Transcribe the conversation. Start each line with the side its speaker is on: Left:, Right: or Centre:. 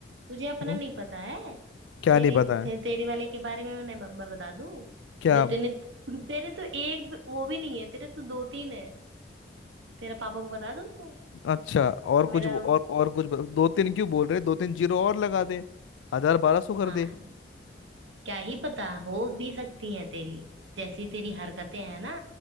Right: तुझे अपना
Left: क्यों
Right: नहीं पता है
Left: क्या
Right: तेरी
Left: नहीं पता
Right: ते,
Left: है
Right: तेरे वाले के बारे में मैं, मैं बता दूं
Left: क्या
Right: जो तूने तेरे तो एक भी- वो भी नहीं है तेरे तो दो तीन है तेरा पापा को बता दूं मैं
Left: अच्छा और
Right: मेरा
Left: कुछ और
Right: तो
Left: और कुछ ब- दो तीन क्यों बोल रहे दो तीन जीरो और लगा दे हजार बारह सौ कर
Right: हाँ
Left: दे
Right: क्या ही पता हो भी सकती है तेरी जैसी तेरी हरकतें हैं ना